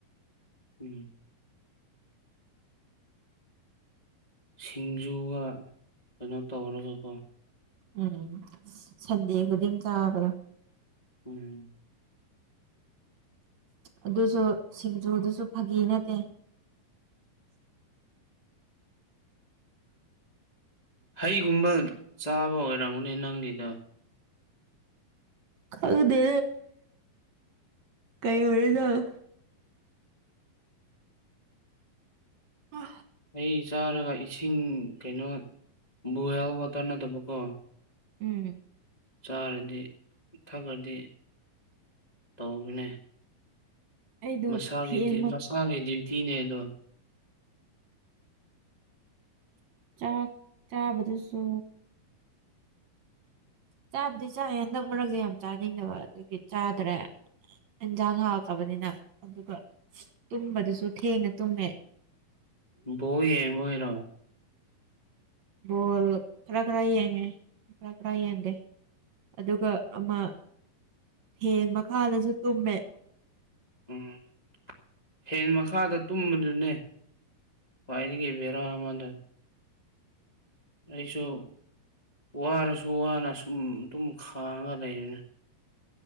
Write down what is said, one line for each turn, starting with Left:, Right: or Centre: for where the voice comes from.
Left: ꯎꯝ ꯁꯤꯡꯖꯨꯒ ꯀꯩꯅꯣ ꯇꯧꯔꯒꯀꯣ
Right: ꯎꯝ ꯁꯟꯗꯦ ꯈꯨꯗꯤꯡ ꯆꯥꯕ꯭ꯔꯣ
Left: ꯎꯝ
Right: ꯑꯗꯨꯁꯨ ꯁꯤꯡꯖꯨꯗꯨꯁꯨ ꯐꯥꯒꯤ ꯅꯠꯇꯦ
Left: ꯍꯩꯒꯨꯝꯕ ꯆꯥꯕ ꯑꯣꯏꯔꯝꯒꯨꯅꯦ ꯅꯪꯒꯤꯗꯣ
Right: ꯈꯔꯗ ꯀꯩ ꯑꯣꯏꯔꯦ ꯆꯒ ꯎ
Left: ꯑꯩ ꯆꯥꯔꯒ ꯏꯁꯤꯡ ꯀꯩꯅꯣ ꯕꯣꯏꯜ ꯋꯥꯇꯔ ꯅꯠꯇꯕꯀꯣ
Right: ꯎꯝ
Left: ꯆꯥꯔꯗꯤ ꯊꯛꯑꯗꯤ ꯇꯒꯅꯤ
Right: ꯑꯩꯗꯣ
Left: ꯃꯁꯥꯒꯤ
Right: ꯐꯦꯟꯃꯛ
Left: ꯃꯁꯥꯒꯤ ꯗ꯭ꯌꯨꯇꯤꯅꯦ ꯑꯗꯣ
Right: ꯆꯥꯛ ꯆꯥꯕꯗꯨꯁꯨ ꯆꯥꯕꯗꯤ ꯆꯥꯏ ꯍꯟꯗꯛ ꯃꯔꯛꯇ ꯌꯥꯝ ꯆꯥꯅꯤꯡꯗꯕ ꯑꯗꯨꯒꯤ ꯆꯥꯗ꯭ꯔꯦ ꯏꯟꯁꯥꯡ ꯍꯥꯎꯇꯕꯅꯤꯅ ꯑꯗꯨꯒ ꯇꯨꯝꯕꯗꯨꯁꯨ ꯊꯦꯡꯅ ꯇꯨꯝꯃꯦ
Left: ꯕꯕꯔꯣ
Right: ꯣꯜ ꯈꯔ ꯈꯔ ꯍ ꯍꯥꯏꯒꯦ ꯈ ꯈꯔꯥ ꯌꯦꯡꯒꯦ ꯑꯗꯨꯒ ꯑꯃ ꯐꯦꯟ ꯃꯈꯥꯗꯁꯨ ꯇꯨꯝꯃꯦ
Left: ꯎꯝ ꯐꯦꯟ ꯃꯈꯥꯗ ꯇꯨꯝꯕꯗꯨꯅꯦ ꯈ꯭ꯋꯥꯏꯗꯒꯤ ꯕꯦꯔꯥ ꯑꯃꯗ ꯑꯩꯁꯨ ꯋꯥꯔꯁꯨ ꯋꯥꯅ ꯁꯨꯝ ꯑꯗꯨꯝ ꯈꯥꯡꯉ ꯂꯩꯕꯅ